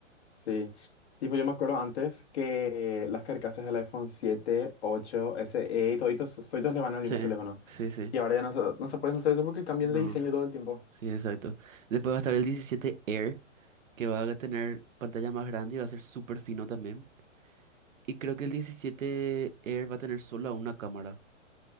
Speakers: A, on the left; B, on the right.
A: Sí. Tipo, yo me acuerdo antes que las carcasas del iPhone 7, 8, SE y toditos, toditos le van al
B: Sí,
A: mismo teléfono.
B: sí, sí.
A: Y ahora ya no se, no se puede usar eso porque cambian
B: No,
A: de diseño todo el tiempo.
B: sí, exacto. Después va a estar el 17 Air, que va a tener pantalla más grande y va a ser súper fino también. Y creo que el 17 Air va a tener solo una cámara.